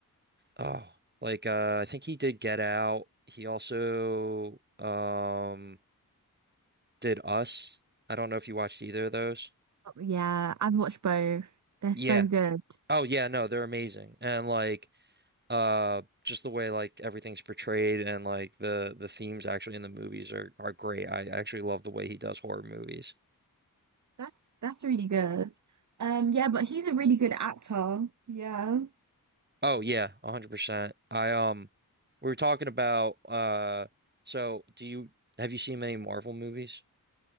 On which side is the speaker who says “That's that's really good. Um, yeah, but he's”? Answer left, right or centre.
Right